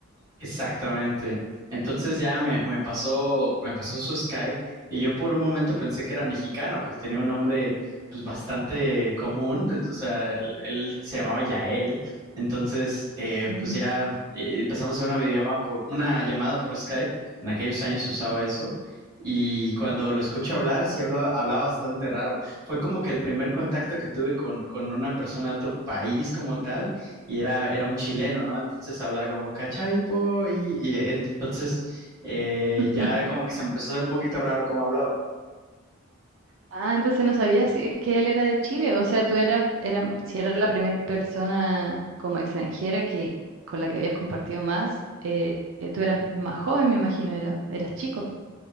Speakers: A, on the right; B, on the right.
A: Exactamente. Entonces ya me, me pasó, me pasó su Skype y yo por un momento pensé que era mexicano porque tenía un nombre pues bastante común, de- o sea, él, él se llamaba Yael. Entonces, eh,
B: Ujú.
A: pues ya eh, empezamos a hacer una videollamada por una llamada por Skype. En aquellos años se usaba eso. Y cuando lo escucho hablar, sí hablaba, hablaba bastante raro. Fue como que el primer contacto que tuve con, con una persona de otro país como tal y era, era un chileno, ¿no? Entonces hablaba como cachaipo y, y entonces eh,
B: <laughs>
A: ya como que se empezó a hacer un poquito raro cómo hablaba.
B: Ah, entonces no sabías si- que él era de Chile. O sea, tú eras, era, si eras la primera persona como extranjera que, con la que habías compartido más, eh, eh, tú eras más joven, me imagino, era, eras chico.